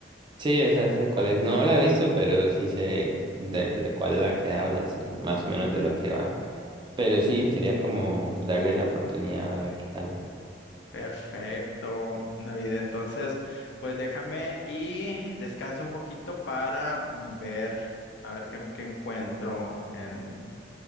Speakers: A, on the right; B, on the left.
A: Sí, esa sé cuál es. No la he visto, pero sí sé de, de cuál es la que hablas y más o menos de lo que va. Pero sí, sería como darle la oportunidad a ver qué tal.
B: Perfecto, David. Entonces, pues déjame y descansa un poquito para mm, ver, a ver qué, qué encuentro en,